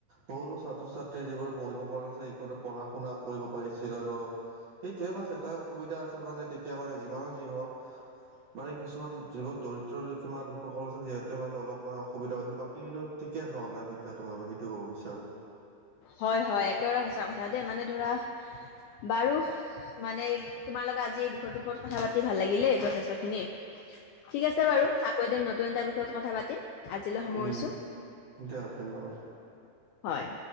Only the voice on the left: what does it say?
হয়', - হয়', একেবাৰে সঁচা কথা দেই মানে ধৰা, বাৰু', মানে এই', তোমাৰ লগত আজি এই বিষয়টোৰ ওপৰত কথা পাতি ভাল লাগিলে যথেষ্ট খিনি', ঠিক আছে বাৰু, আকৌ এদিন নতুন এটা বিষয়ত কথা পাতিম', আজিলৈ সামৰিছো
হয়',